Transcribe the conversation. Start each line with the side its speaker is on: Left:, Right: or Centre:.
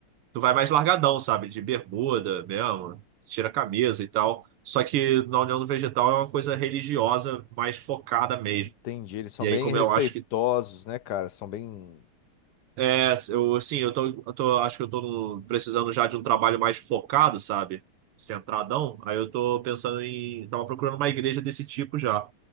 Right: Tu vai mais largadão, sabe? De bermuda mesmo, tira a camisa e tal. Só que na União do Vegetal é uma coisa religiosa, mais focada mesmo.
Left: Entendi. Eles são
Right: E
Left: bem
Right: aí, como
Left: respeitosos,
Right: eu acho que.
Left: né, cara? São bem.
Right: É, eu, sim, eu tô, eu tô- acho que eu tô no- precisando já de um trabalho mais focado, sabe? Centradão. Aí eu tô pensando em. Tava procurando uma igreja desse tipo já.